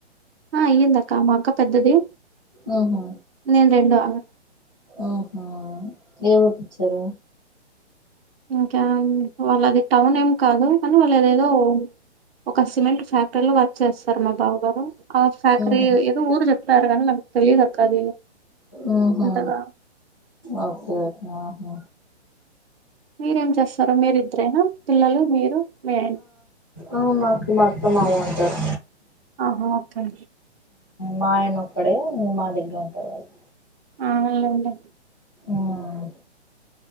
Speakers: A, on the right; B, on the left.
A: ఆ అయ్యిందక్క మా అక్క పెద్దది
B: అవునా
A: నేను రెండో ఆమె
B: ఉహో ఏ ఊరికిచ్చారు
A: ఇంకా వాళ్ళది టౌన్ ఏం కాదు కానీ వాళ్ళుదేదో ఒక సిమెంట్ ఫ్యాక్టరీలో వర్క్ చేస్తారు మా బావ గారు ఆ ఫ్యాక్టరీ
B: ఉహు
A: ఏదో ఊరు చెప్తారు కానీ నాకు తెలియదాక్క అది.
B: ఉహూ
A: అంతగా
B: ఓకేఓకే ఆహ్.
A: మీరేం చేస్తారు మీరిద్దరైనా పిల్లలు మీరు మీ ఆయన.
B: ఆహ్ మాకు మా అత్త మామ ఉంటారు.
A: ఆహా ఓకే.
B: మా ఆయన ఒక్కడే మా దగ్గర ఉంటారు. వాళ్ళు
A: అవును లెండి.
B: ఆహ్.